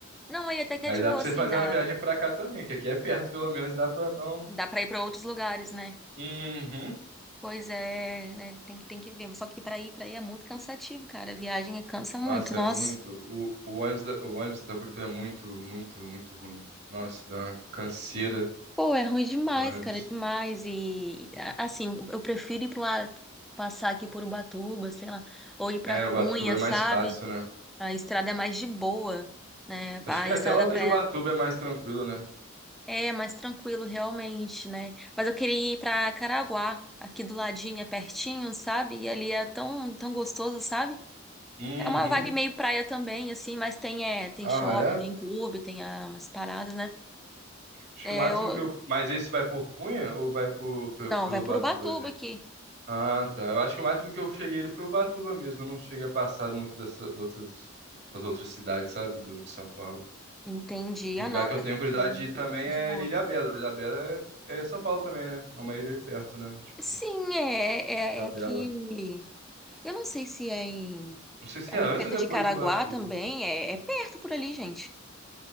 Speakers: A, in the centre; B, on the right.
A: Não, aí até que
B: aí
A: é de
B: dá
A: boa,
B: pra você
A: assim,
B: fazer
A: dá,
B: uma viagem pra cá também, que aqui é perto, pelo menos dá pra dar um.
A: dá pra ir pra outros lugares, né?
B: Uhum.
A: Pois é, né? Tem que, tem que ver. mas Só que pra ir pra aí é muito cansativo, cara. A viagem é- cansa muito.
B: Nossa,
A: Nossa,
B: é muito. O, o ônibus da, o ônibus da Curitiba é muito, muito, muito ruim. Nossa, dá uma canseira
A: pô, é ruim demais,
B: do ônibus.
A: cara, demais. E a- assim, eu prefiro ir pra lá, passar aqui por Ubatuba, sei lá, ou ir pra
B: É,
A: Cunha,
B: o Ubatuba é mais
A: sabe?
B: fácil, né?
A: A estrada é mais de boa, né?
B: Acho
A: A
B: que até
A: estrada
B: lá do
A: pra
B: Ubatuba é mais tranquilo, né?
A: é mais tranquilo, realmente, né? Mas eu queria ir pra Caraguá, aqui do ladinho, é pertinho, sabe? E ali é tão, tão gostoso, sabe?
B: Uhum.
A: É uma vibe meio praia também, assim, mas tem, é, tem
B: Ah,
A: shopping,
B: é?
A: tem clube, tem ah, umas paradas, né?
B: Acho
A: É,
B: que o máximo
A: eu-
B: que eu. Mas esse vai por Cunha ou vai por, pe-
A: Não,
B: pelo
A: vai
B: Ubatuba?
A: por Ubatuba aqui.
B: Ah, tá. Eu acho que o máximo que eu cheguei ele foi Ubatuba mesmo. Eu não cheguei a passar muito dessa, de outras, das outras cidades, sabe? Do, de São Paulo.
A: Entendi.
B: Um
A: Ah,
B: lugar
A: não.
B: que eu
A: mas
B: tenho
A: é,
B: curiosidade
A: hum,
B: de ir também
A: De
B: é
A: boa.
B: Ilhabela. Ilhabela é, é São Paulo também, né? É uma ilha aí perto, né? Tipo,
A: Sim, é,
B: Ilhabela.
A: é, é aqui. Eu não sei se é em.
B: Não sei se
A: Ali
B: é antes
A: perto
B: ou depois
A: de Caraguá
B: de Ubatuba.
A: também. É, é perto por ali, gente.